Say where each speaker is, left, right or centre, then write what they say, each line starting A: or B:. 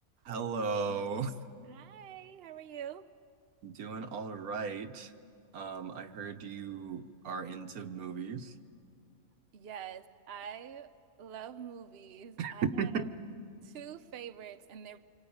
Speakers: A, on the right (about 85°); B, on the right (about 50°).
A: Hello.
B: Hi, how are you?
A: <laughs> Doing all right. Um, I heard you are into movies.
B: Yes, I love movies. I
A: <laughs>
B: have two favorites, and they're